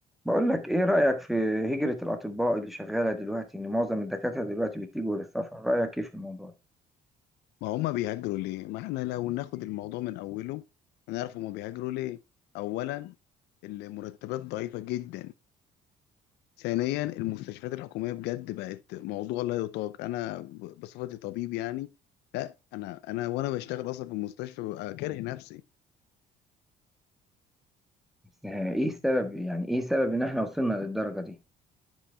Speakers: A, in the centre; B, on the left.
A: بقول لك ايه رأيك في هجرة الأطباء اللي شغالة دلوقتي ان معظم الدكاترة دلوقتي بيتجهوا للسفر رأيك ايه في الموضوع ده؟
B: ما هم بيهاجروا ليه ما احنا لو ناخد الموضوع من اوله هنعرف هم بيهاجروا ليه اولا المرتبات ضعيفة جدا ثانيا المستشفيات الحكومية بجد بقت موضوع لا يطاق انا ب- بصفتي طبيب يعني لا انا انا وانا بشتغل اصلا في المستشفى ببقى كاره نفسي
A: بس ايه السبب يعني ايه سبب ان احنا وصلنا للدرجة دي